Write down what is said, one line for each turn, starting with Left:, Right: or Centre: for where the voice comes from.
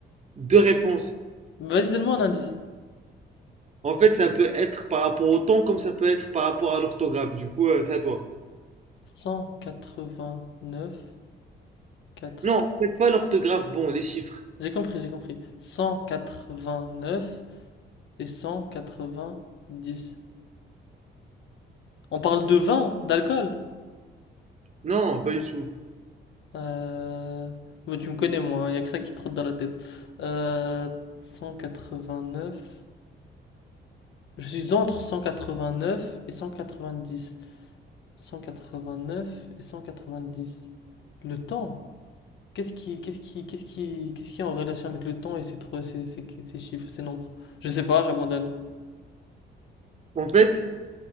Right: deux réponses.
Left: Vas-y, donne-moi un indice.
Right: En fait, ça peut être par rapport au temps comme ça peut être par rapport à l'orthographe. Du coup, euh, c'est à toi.
Left: 189, 4.
Right: Non, en fait, pas l'orthographe. Bon, les chiffres.
Left: J'ai compris, j'ai compris. 189 et 190. On parle de vin, d'alcool.
Right: Non, pas du tout.
Left: Euh... mais tu me connais, moi, il n'y a que ça qui trotte dans la tête. Euh, 189. Je suis entre 189 et 190. 189 et 190. Le temps. Qu'est-ce qui, qu'est-ce qui, qu'est-ce qui, qu'est-ce qui est en relation avec le temps et ces trois, ces, ces, ces chiffres, ces nombres? Je sais pas, j'abandonne.
Right: En fait,